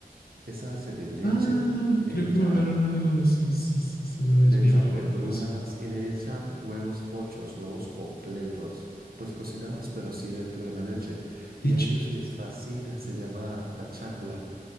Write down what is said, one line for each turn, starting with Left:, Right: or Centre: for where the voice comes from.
Right: Esa base de leche
Left: ah
Right: le
Left: creo
Right: echan,
Left: que me hablaron algo de sí, sí, sí, sí. Una vez
Right: le
Left: mi
Right: echan
Left: amigo me
Right: verduras
Left: habló de eso.
Right: y le echan huevos pochos, huevos completos, pues cocinados pero sí dentro de la leche.
Left: Dicho,
Right: Y a ellos les fascina, se llama la changua.